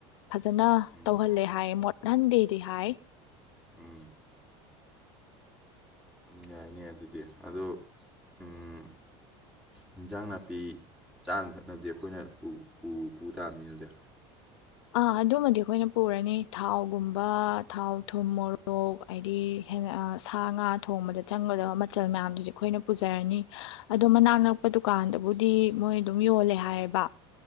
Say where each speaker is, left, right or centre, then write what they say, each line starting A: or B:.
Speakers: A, on the left (about 90°); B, in the centre.
A: ꯐꯖꯅ
B: ꯎꯝ
A: ꯇꯧꯍꯜꯂꯦ ꯍꯥꯏꯌꯦ ꯃꯣꯠ <unintelligible> ꯗꯦꯗꯤ ꯍꯥꯏ꯫
B: ꯎꯝ ꯌꯥꯏꯅꯦ ꯑꯗꯨꯗꯤ ꯑꯗꯨ ꯎꯝ ꯍꯤꯟꯖꯥꯡ ꯅꯥꯄꯤ ꯆꯥꯅ ꯊꯛꯅꯕꯗꯤ ꯑꯈꯣꯏꯅ ꯄꯨ-ꯄꯨꯇꯥꯕꯅꯤꯅꯦꯗꯨꯗꯤ꯫
A: ꯑꯥ ꯑꯗꯨꯃꯗꯤ ꯑꯩꯈꯣꯏꯅ ꯄꯨꯔꯅꯤ ꯊꯥꯎꯒꯨꯝꯕ ꯊꯥꯎ ꯊꯨꯝ ꯃꯣꯔꯣꯛ ꯍꯥꯏꯗꯤ ꯁꯥ ꯉꯥ ꯊꯣꯡꯕꯗ ꯆꯪꯒꯗꯕ ꯃꯆꯜ ꯃꯌꯥꯝꯗꯨꯗꯤ ꯑꯩꯈꯣꯏꯅ ꯄꯨꯖꯔꯅꯤ꯫ ꯑꯗꯣ ꯃꯅꯥꯛ ꯅꯛꯄ ꯗꯨꯀꯥꯟꯗꯣ ꯕꯨꯗꯤ ꯃꯣꯏ ꯑꯗꯨꯝ ꯌꯣꯜꯂꯦ ꯍꯥꯏꯌꯦꯕ꯫